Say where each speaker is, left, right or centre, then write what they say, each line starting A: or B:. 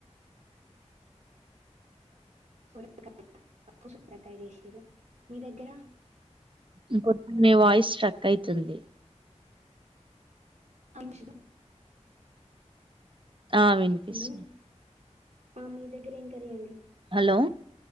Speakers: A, on the right; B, on the right.
A: సొరకాయ పప్పు సొరకాయ చేసిండ్రు మీ దగ్గర
B: ఇంకొంచం మీ వాయిస్ స్ట్రక్ అయితుంది
A: ఆచ
B: ఆ వినిపిస్తుంది
A: హలో ఆ మీ దగ్గర ఏం కర్రీ అండి
B: హలో